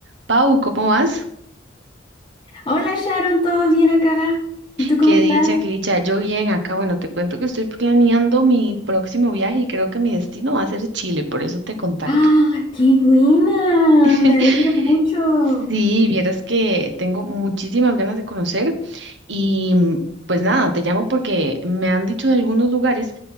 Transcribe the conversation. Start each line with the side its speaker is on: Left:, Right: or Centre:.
Right: Pau, ¿cómo vas?
Left: Hola Sharon, ¿todo bien acá? ¿Y tú cómo
Right: Qué
Left: estás?
Right: dicha, qué dicha. Yo bien acá. Bueno, te cuento que estoy planeando mi próximo viaje y creo que mi destino va a ser Chile, por eso te contacto.
Left: ¡Ah, qué buena!
Right: <laughs>
Left: Me alegro mucho.
Right: Sí, vieras que tengo muchísimas ganas de conocer y mm, pues nada, te llamo porque me han dicho de algunos lugares